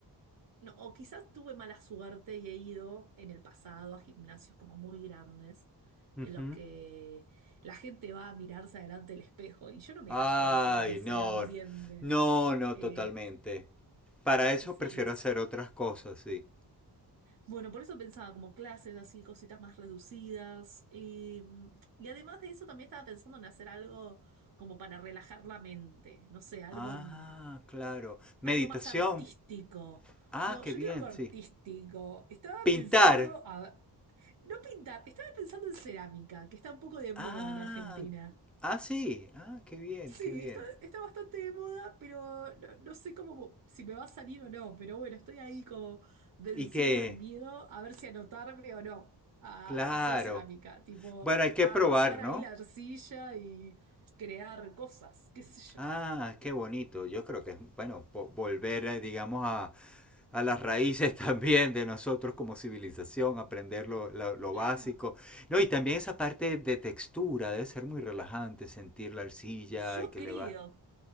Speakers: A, on the right; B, in the centre.
A: o quizás tuve mala suerte y he ido en el pasado a gimnasios como muy grandes
B: Ujú.
A: en los que la gente va a mirarse adelante el espejo y yo no me
B: Ay,
A: hallo, viste, con ese
B: no.
A: ambiente.
B: No, no,
A: Eh,
B: totalmente. Para eso
A: sí,
B: prefiero
A: entonces...
B: hacer otras cosas, sí.
A: Bueno, por eso pensaba como clases así, cositas más reducidas. eh, y además de eso también estaba pensando en hacer algo como para relajar la mente, no sé, algo,
B: Ah,
A: mm,
B: claro. Meditación.
A: algo más artístico.
B: Ah,
A: No,
B: qué
A: yo
B: bien,
A: quiero algo artístico.
B: sí.
A: Estaba
B: Pintar.
A: pensando a... No pintar, estaba pensando en cerámica, que está un poco de
B: Ah,
A: moda en Argentina.
B: ah, sí. Ah, qué bien,
A: Sí,
B: qué bien.
A: está, está bastante de moda, pero no, no sé cómo si me va a salir o no. Pero bueno, estoy ahí como venciendo
B: Y que,
A: el miedo a ver si anotarme o no a,
B: claro.
A: a hacer cerámica, tipo
B: Bueno, hay que
A: a
B: probar,
A: amasar
B: ¿no?
A: ahí la arcilla y crear cosas, qué sé
B: Ah,
A: yo.
B: qué bonito. Yo creo que es, bueno, vo- volver, eh, digamos, a, a las raíces <laughs> también de nosotros como civilización, aprender lo, la- lo básico.
A: Claro,
B: No, y también esa parte de textura, debe ser muy relajante sentir la arcilla
A: yo
B: y que
A: creo.
B: le va.